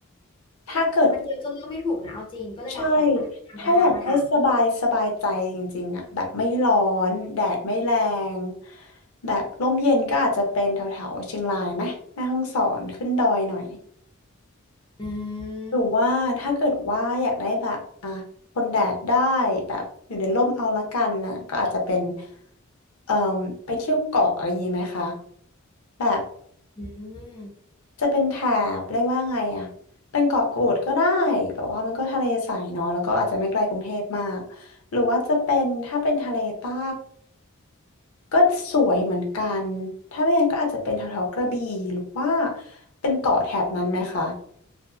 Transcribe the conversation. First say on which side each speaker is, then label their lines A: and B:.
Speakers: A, on the left (about 85°); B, on the left (about 25°).
A: ถ้าเกิด
B: มันเยอะจนเลือกไม่ถูกนะเอาจริงก็เลยมาขอมาทำแนะนำมาถาม
A: ใช่ ถ้าอยากได้สบายสบายใจจริงๆอะแบบไม่ร้อนแดดไม่แรงแบบลมเย็นก็อาจจะเป็นแถวๆเชียงรายไหมแม่ฮ่องสอนขึ้นดอยหน่อย
B: อืม
A: หรือว่าถ้าเกิดว่าอยากได้แบบอ่ะทนแดดได้แบบอยู่ในร่มเอาละกันนะก็อาจจะเป็นเอ่อไปเที่ยวเกาะอะไรอย่างนี้ไหมคะแบบ
B: อืม
A: จะเป็นแถบเรียกว่าไงอ่ะเป็นเกาะกูดก็ได้แบบว่ามันก็ทะเลใสเนาะแล้วก็อาจจะไม่ไกลกรุงเทพมากหรือว่าจะเป็นถ้าเป็นทะเลใต้ก็สวยเหมือนกันถ้าไม่งั้นก็อาจจะเป็นแถวๆกระบี่หรือว่าเป็นเกาะแถบนั้นไหมคะ